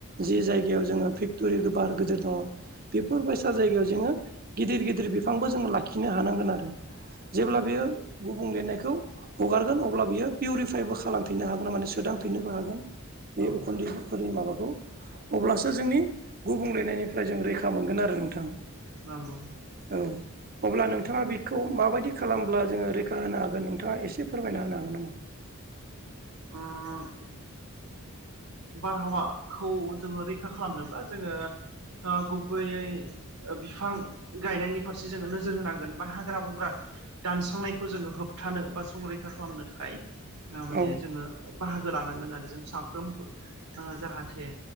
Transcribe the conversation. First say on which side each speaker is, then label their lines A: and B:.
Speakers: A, on the right; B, on the right.
A: जि जायगायाव जोङो फेक्ट'रि गोबार गिदिर दङ बेफोरबायसा जायगायाव जोङो गिदिर गिदिर बिफांबो जोङो लाखिनो हानांगोन आरो। जेब्ला बियो गुबुंलेनायखौ हगारगोन अब्ला बियो पिउरिफाइबो खा खालामफिननो हागोन ना माने सोदांफिननोबो हागोन बे
B: औ
A: उखुन्दैफोरनि माबाखौ अब्लासो जोंनि गुबुंलेनायनिफ्राय जों रैखा मोनगोन आरो नोंथां।
B: नांगौ
A: औ। अब्ला नोंथाङा बेखौ माबायदि खालामब्ला जोङो रैखा होनो हागोन नोंथाङा एसे फोरमायना होनो हागोन नामा?
B: ओ बारहावाखौ जोङो रैखा खालामनोबा जोङो ओ गुबैयै ओ बिफां गायनायनि फारसे जोङो नोजोर होनांगोन बा हाग्रा बंग्रा दानस्रांनायखौ जोङो होबथानो बा संरैखा खालामनो थाखाय ओ माने
A: औ
B: जोङो बाहागो लानांगोन आरो जों साफ्रोमबो ओ जाहाथे